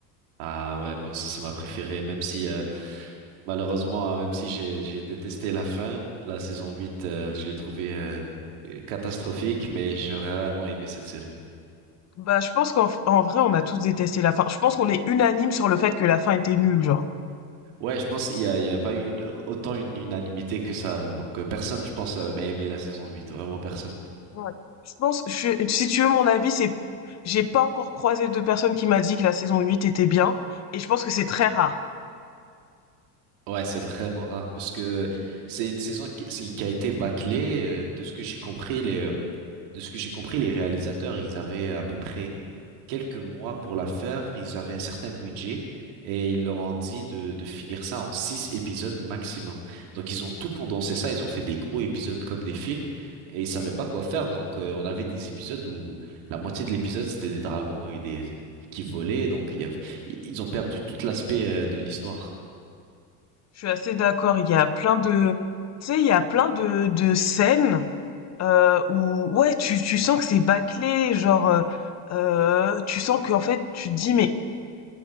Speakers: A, on the right (about 70°); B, on the left (about 35°).
A: Ah ouais, moi aussi c'est ma préférée, même si euh, malheureusement, hein, même si j'ai j'ai détesté la fin, la saison huit euh, je l'ai trouvée euh, catastrophique, mais j'ai vraiment aimé cette série.
B: Bah, je pense qu'en en vrai, on a tous détesté la fin. Je pense qu'on est unanime sur le fait que la fin était nulle, genre.
A: Ouais, je pense qu'il y a, il y a pas eu une, autant une unanimité que ça, là. Donc euh, personne, je pense, euh, a aimé la saison huit vraiment personne.
B: Ouais. Je pense, je suis- si tu veux mon avis, c'est, j'ai pas encore croisé de personne qui m'a dit que la saison 8 était bien, et je pense que c'est très rare.
A: Ouais, c'est vraiment rare parce que c'est une saison qui, c'est- qui a été bâclée. euh, De ce que j'ai compris, les, de ce que j'ai compris, les réalisateurs, ils avaient à peu près quelques mois pour la faire. Ils avaient un certain budget et ils leur ont dit de, de finir ça en six épisodes maximum. Donc ils ont tout condensé ça. Ils ont fait des gros épisodes comme des films et ils savaient pas quoi faire. Donc euh, on avait des épisodes où la moitié de l'épisode c'était des dragons et des qui volaient. Donc il y avait, ils ont perdu tout l'aspect euh, de l'histoire.
B: Je suis assez d'accord. Il y a plein de, tu sais, il y a plein de, de scènes euh, où, ouais, tu, tu sens que c'est bâclé, genre, euh, euh, tu sens qu'en fait, tu te dis, mais